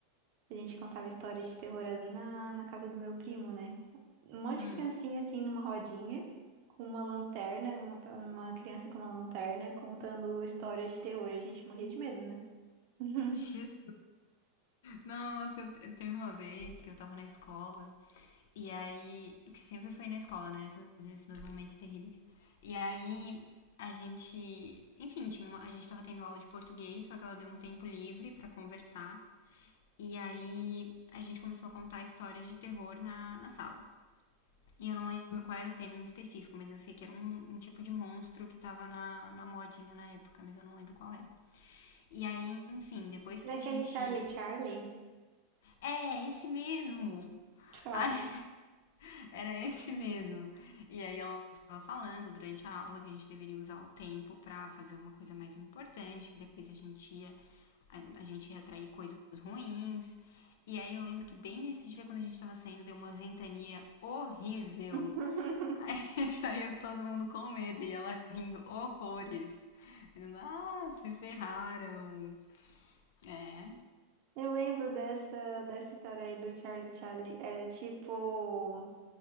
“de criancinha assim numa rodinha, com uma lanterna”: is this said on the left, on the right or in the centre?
Right